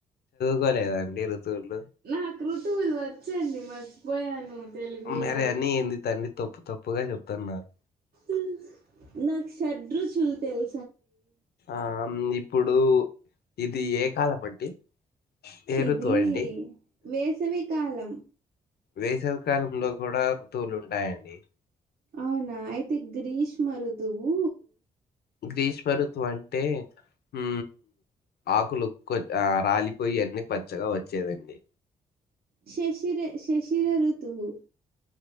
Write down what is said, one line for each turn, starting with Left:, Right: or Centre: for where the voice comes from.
Left: కోలేదండి ఋ తువులు
Right: నాకు ఋతువులు వచ్చండి మర్చిపోయాను తెలుగులో
Left: మరి అన్నీ ఏంది తండ్రి తప్పు తప్పుగా చెప్తున్నారు
Right: అ నాకు షడ్రుచులు తెలు
Left: ఆమ్ ఇప్పుడు ఇది ఏ కాలం అండి ఏ
Right: ఇది
Left: ఋతువు అండి
Right: వేసవి కాలం
Left: వేసవ కాలంలో కూడా ఋతువులు ఉంటాయండి
Right: అవునా అయితే గ్రీష్మ రుతువు
Left: గ్రీష్మ ఋతువు అంటే ఊ ఆకులు కొ రాలిపోయి అన్ని పచ్చగా వచ్చేదండి
Right: శిశిర శిశిర ఋతువు